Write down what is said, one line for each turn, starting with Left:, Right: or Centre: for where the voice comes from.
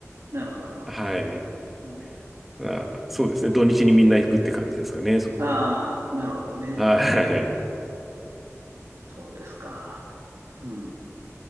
Right: なるほど、なるほど。
Centre: はい。
Right: うん、
Centre: あ、そうですね。土日にみんな行くって感じですかね、そこに。
Right: ああ、なるほどね。
Centre: はい。
Right: うん、そうですか。うん、